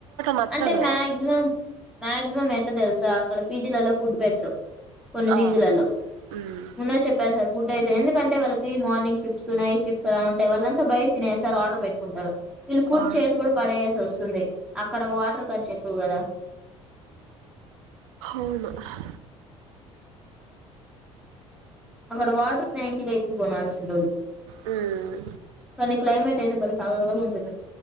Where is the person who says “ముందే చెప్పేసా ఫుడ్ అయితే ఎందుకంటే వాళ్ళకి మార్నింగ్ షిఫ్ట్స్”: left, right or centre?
Centre